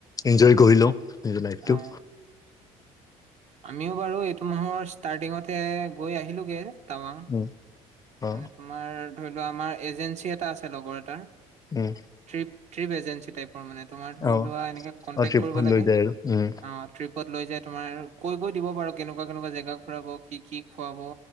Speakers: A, on the left; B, on the right.
A: এনজয় কৰি লওঁ নিজৰ লাইফটো।
B: অ আমিও বাৰু, এইটো মাহৰ ষ্টাৰ্টিঙতে গৈ আহিলোঁগে। টাৱাং,
A: উম অ
B: মানে তোমাৰ ধৰি লোৱা আমাৰ এজেঞ্চি এটা আছে, লগৰ এটাৰ।
A: উম।
B: ট্ৰিপ, ট্ৰিপ এজেঞ্চি টাইপৰ মানে, তোমাৰ ধৰি
A: অ
B: লোৱা, এনেকৈ কণ্টেক্ট
A: অ ট্ৰিপখন
B: কৰিব লাগে,
A: লৈ যায় আৰু উম
B: অঁ। ট্ৰিপত লৈ যায় তোমাৰ কৈ কৈ দিব বাৰু, কেনেকুৱা কেনেকুৱা জেগা ফুৰাব, কি কি খুৱাব,